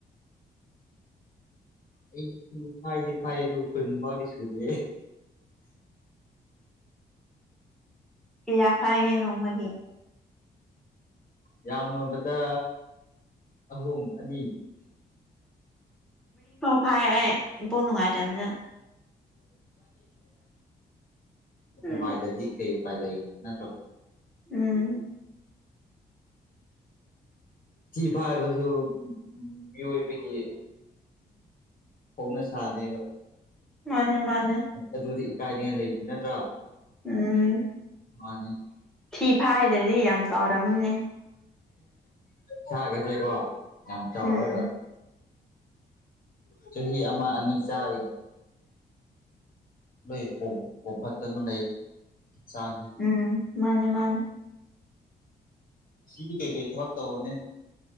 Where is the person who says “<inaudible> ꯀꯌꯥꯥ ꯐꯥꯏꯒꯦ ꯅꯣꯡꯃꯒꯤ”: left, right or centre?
Centre